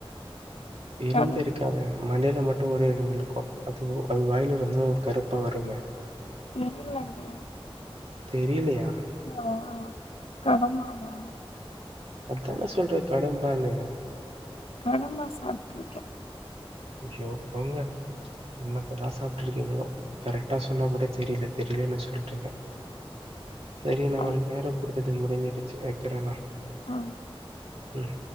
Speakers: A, on the right; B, on the left.
A: <unintelligible>
B: ஆனா
A: க்கது மண்டையில மட்டும் ஒரே இருக்கோ அது அது வாயில ரொம்ப கருப்பா வருமே
B: தெரிலங்க
A: தெரிலியா
B: ஆ கடமா வா
A: அதான சொல்ர கடம்பானு
B: கடமா சாப்ட்டுருக்கேன்
A: ஜோ போங்க என்னத்தா சாப்ட்டுருக்கீங்களோ கரெக்ட்டா சொன்னா கூட தெரியல தெரியலன்னு சொல்றீங்க
B: <inaudible>
A: சரி நம்மளுக்கு
B: ஆ
A: நேர குடுத்தது முடிஞ்சிட்டுச்சு வைக்கறே நா
B: ஆ
A: உம்